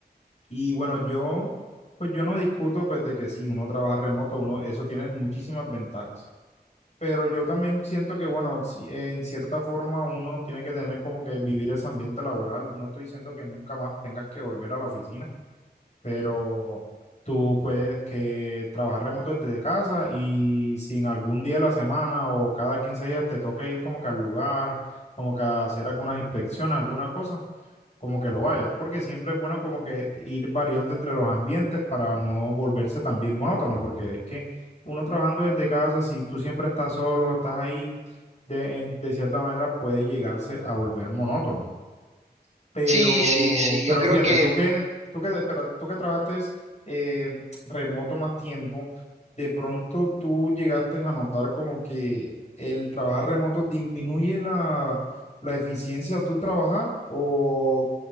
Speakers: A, on the left; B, on the right.
A: Y bueno, yo, pues yo no discuto pues de que sí, uno trabaja remoto, uno, eso tiene muchísimas ventajas. Pero yo también siento que, bueno, si- en cierta forma uno tiene que tener como que vivir ese ambiente laboral. No estoy diciendo que nunca más tengas que volver a la oficina, pero tú puedes que trabajar remoto desde casa y si en algún día de la semana o cada 15 días te toca ir como que al lugar, como que a hacer algunas inspecciones, alguna cosa como que lo vaya, porque siempre es bueno como que ir variando entre los ambientes para no volverse también monótono, porque es que uno trabajando desde casa, si tú siempre estás solo, estás ahí, de, en- de cierta manera puede llegarse a volver monótono. Pero,
B: Sí, sí, sí,
A: pero
B: yo creo
A: fíjate,
B: que
A: tú que, tú que, espera, tú que trabajaste eh, remoto más tiempo, de pronto tú llegaste a notar como que el trabajar remoto disminuye la, la eficiencia de tu trabajar o